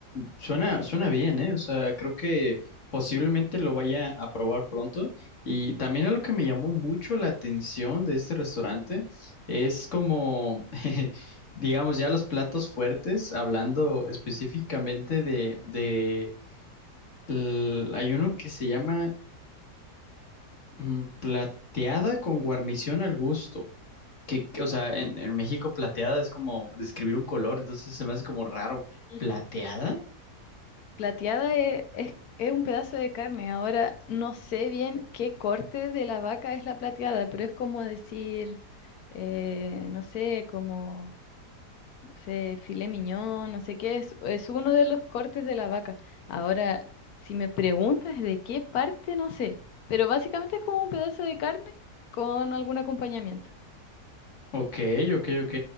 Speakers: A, on the left; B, on the left.
A: suena, suena bien, ¿eh? O sea, creo que posiblemente lo vaya a probar pronto. Y también algo que me llamó mucho la atención de este restaurante es como... <laughs> digamos, ya los platos fuertes, hablando específicamente de, de l- hay uno que se llama mm, plateada con guarnición al gusto. Que, que, o sea, en, en México plateada es como describir un color, entonces se me hace como raro.
B: Mm,
A: ¿Plateada?
B: Plateada e- es, es un pedazo de carne. Ahora no sé bien qué corte de la vaca es la plateada, pero es como decir, eh, no sé, como... no sé, filé miñón, no sé qué, es, es uno de los cortes de la vaca. Ahora, si me preguntas de qué parte, no sé, pero básicamente es como un pedazo de carne con algún acompañamiento.
A: Ok, ok, ok.